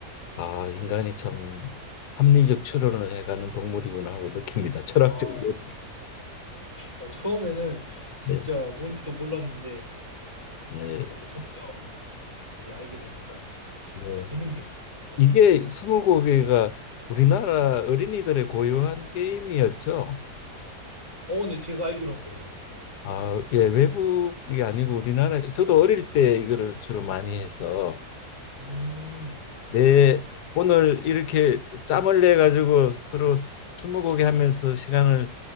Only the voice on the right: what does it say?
아, 네. 어, 처음에는 진짜
뭔지도 몰랐는데
어, 진짜 점점 이제 알게 되니까
뭔가 재밌네요, 이게 진짜.
어, 네. 제가 알기론 그래요. 네.
음.
네.